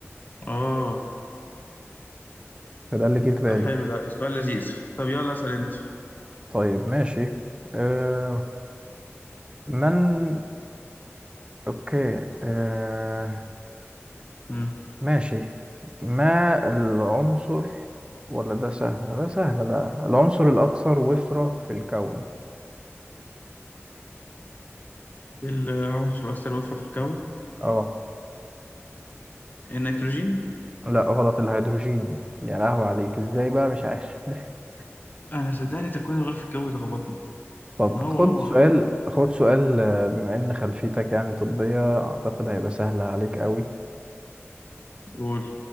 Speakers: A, on the left (about 40°); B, on the right (about 20°).
A: اه
B: فده اللي جه في بالي
A: طب حلو ده سؤال لذيذ طب يلا اسأل أنت
B: طيب ماشي آه، من اوكي آه...
A: مم.
B: ماشي ما العنصر ولا ده سهل ده سهل ده العنصر الأكثر وفرة في الكون
A: إيه العنصر الأكثر وفرة في الكون
B: اه
A: النيتروجين
B: لا غلط الهيدروجين يا لهوي عليك ازاي بقى مش عارف <laughs>
A: أنا صدقني تكوين الغلاف الجوي لخبطني
B: طب
A: ما هو
B: خد
A: هو
B: سؤال خد سؤال آه، بما ان خلفيتك يعني طبية اعتقد هيبقى سهل عليك قوي
A: قول